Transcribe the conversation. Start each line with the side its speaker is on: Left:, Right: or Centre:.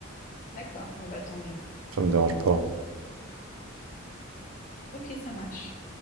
Left: D'accord, bon bah tant mieux.
Right: Ça me dérange pas.
Left: Ok, ça marche.